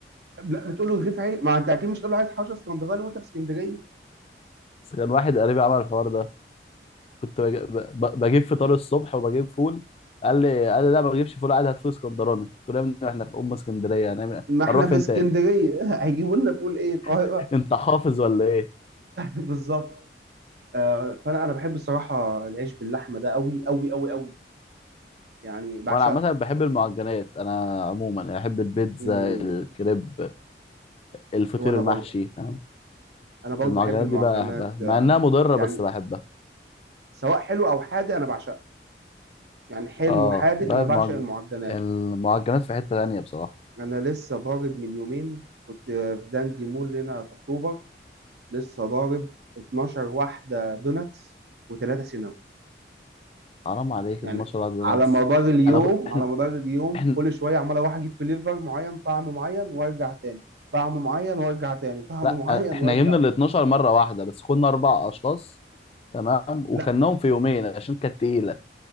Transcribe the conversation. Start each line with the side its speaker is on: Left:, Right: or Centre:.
Right: طب لا بتقول له رغيف عيش ما انت اكيد مش تقول له عايز حوشه اسكندراني وانت في اسكندريه يعني
Left: بس كان واحد قريبي عمل الحوار ده كنت بج- ب- بجيب فطار الصبح وبجيب فول قال لي قال لي لا ما بجيبش فول عادي هات فول اسكندراني قلت له يا ابني احنا في ام اسكندريه هنعمل
Right: ما احنا
Left: هنروح
Right: في
Left: فين
Right: اسكندريه
Left: تاني
Right: <laughs> هيجيبوا لنا بقول ايه القاهره
Left: <laughs> انت حافظ ولا ايه
Right: <laughs> بالظبط آه، فانا انا بحب الصراحه العيش باللحمه ده قوي قوي قوي قوي يعني بعشقه
Left: وانا عامه بحب المعجنات انا عموما يعني بحب البيتزا
Right: مم.
Left: الكريب الفطير
Right: وانا
Left: المحشي
Right: برضه
Left: فاهم
Right: انا برضه
Left: المعجنات
Right: بحب المعجنات
Left: دي بقى بحبها مع
Right: آه،
Left: انها مضره
Right: يعني
Left: بس بحبها
Right: سواء حلو او حادق انا بعشقها يعني حلو
Left: اه
Right: وحادق
Left: بقى
Right: انا بعشق
Left: المعج...
Right: المعجنات
Left: المعجنات في حته تانيه بصراحه
Right: انا لسه ضارب من يومين كنت في داندي مول هنا في اكتوبر لسه ضارب 12 واحده دوناتس وثلاثه سينابون
Left: حرام عليك
Right: يعني
Left: 12 على دوناتس
Right: على مدار اليوم
Left: انا كو- احنا
Right: على مدار اليوم
Left: احنا
Right: كل شويه عمال اروح اجيب فليفر معين طعم معين وارجع تاني طعم معين وارجع تاني <laughs> طعم
Left: لا
Right: معين
Left: آه، احنا
Right: وارجع
Left: جبنا ال 12
Right: تاني
Left: مره واحده بس كنا اربع اشخاص تمام
Right: لا
Left: وكلناهم في يومين عشان كانت تقيله